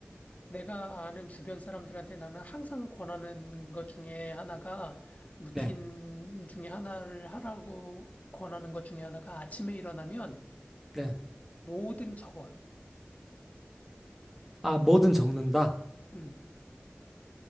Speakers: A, on the left (about 35°); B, in the centre.
A: 내가 아는 주변 사람들한테 나는 항상 권하는 것 중에 하나가 루틴
B: 네,
A: 중에 하나를 하라고 권하는 것 중에 하나가 아침에 일어나면
B: 네.
A: 뭐든 적어요.
B: 아, 뭐든 적는다.
A: 음.